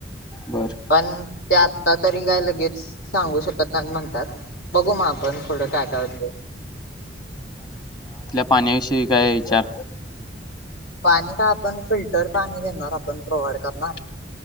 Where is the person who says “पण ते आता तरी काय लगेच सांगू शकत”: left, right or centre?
Left